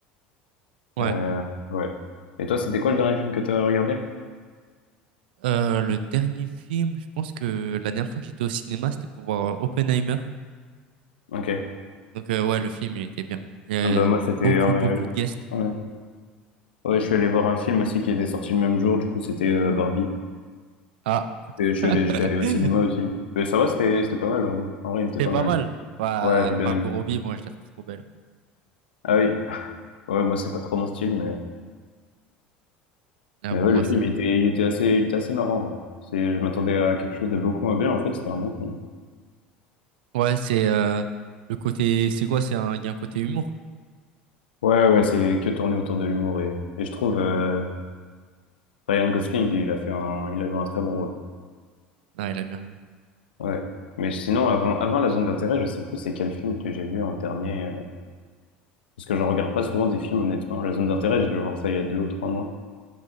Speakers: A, on the right (about 75°); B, on the left (about 80°).
A: Ouais.
B: euh, ouais. Et toi, c'était quoi le dernier film que t'as regardé?
A: Euh, le dernier film, je pense que la dernière fois que j'étais au cinéma, c'était pour voir euh, Oppenheimer.
B: Ok.
A: Donc euh, ouais, le film, il était bien. Il y a
B: Ah bah, moi, c'était,
A: beaucoup,
B: euh,
A: beaucoup de guests.
B: ouais. Ouais, je suis allé voir un film aussi qui était sorti le même jour, du coup, c'était euh, Barbie.
A: Ah.
B: Et je suis
A: <laughs>
B: allé, j'étais allé au cinéma aussi. Mais ça va, c'était, c'était pas mal, Barbie. En vrai, il
A: C'était
B: était pas
A: pas
B: mal,
A: mal.
B: le film.
A: Bah,
B: Ouais, j'ai bien
A: Margot
B: aimé.
A: Robbie, moi, je la trouve trop belle.
B: Ah oui. <laughs> Ouais, moi, c'est pas trop mon style, mais,
A: Là,
B: mais
A: pour
B: ouais,
A: moi,
B: le film,
A: c'est...
B: il était, il était assez, il était assez marrant, ouais. C'est, je m'attendais à quelque chose de beaucoup moins bien, en fait, c'était un bon film.
A: Ouais, c'est euh, le côté... C'est quoi? C'est un... Il y a un côté humour.
B: Ouais, ouais, c'est que tourné autour de l'humour et, et je trouve, euh, Ryan Gosling, il a fait un, il a joué un très bon rôle.
A: Ah, il a bien joué.
B: Ouais. Mais sinon, avant, avant La Zone d'intérêt, je sais plus c'est quel film que j'ai vu en dernier, euh, parce que j'en regarde pas souvent des films, honnêtement. La Zone d'intérêt, j'ai dû voir ça il y a deux ou trois mois.